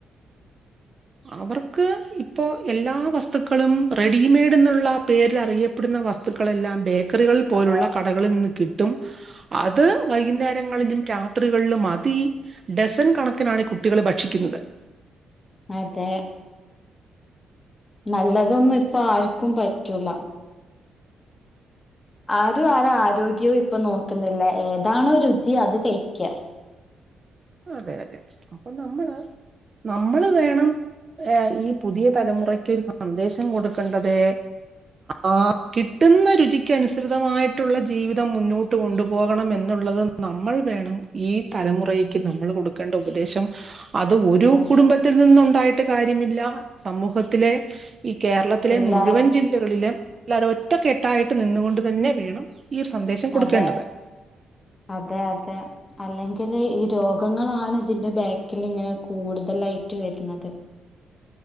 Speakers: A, on the right; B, on the left.
A: അവർക്ക് ഇപ്പോ എല്ലാ വസ്തുക്കളും റെഡിമെയ്ഡ്ന്നുള്ള പേരിലറിയപ്പെടുന്ന വസ് തുക്കളെല്ലാം ബേക്കറികളിൽ പോലുള്ള
B: അതെ
A: കടകളിൽ നിന്ന് കിട്ടും അത് വൈകുന്നേരങ്ങളിലും രാത്രികളിലും അതി ഡസൻ കണക്കിനാണ് കുട്ടികള് ഭക്ഷിക്കുന്നത്
B: അതെ നല്ലതൊന്നും ഇപ്പാർക്കും പറ്റൂല ആരും ആരാരോഗ്യവും ഇപ്പൊ നോക്കുന്നില്ല ഏതാണോ രുചി അത് കഴിക്ക
A: അതെ അതെ അപ്പൊ നമ്മള് നമ്മള് വേണം ഏഹ് ഈ പുതിയ തലമുറക്കൊരു സന്ദേശം കൊടുക്കേണ്ടത് ആഹ് കിട്ടുന്ന രുചിക്ക് അനുസൃതമായിട്ടുള്ള ജീവിതം മുന്നോട്ട് കൊണ്ടുപോകണം എന്നുള്ളത് നമ്മൾ വേണം ഈ തലമുറയ്ക്ക് നമ്മൾ കൊടുക്കേണ്ട ഉപദേശം അത് ഒരു
B: അതെ
A: കുടുംബ ത്തിൽ നിന്നുണ്ടായിട്ട് കാര്യമില്ല സമൂഹത്തിലെ ഈ കേരളത്തിലെ
B: എല്ലാരും
A: മുഴുവൻ ജി ല്ലകളിലെ എല്ലാവരും ഒറ്റക്കെട്ടായിട്ട് നിന്നുകൊണ്ട് തന്നെ വേണം ഈ ഒരു സന്ദേശം കൊടുക്കേണ്ടത്
B: അതെ അതെയതെ അല്ലെങ്കില് ഈ രോഗ ങ്ങളാണ് ഇതിന്റെ ബാക്കിലിങ്ങനെ കൂടുതലായിട്ട് വരുന്നത്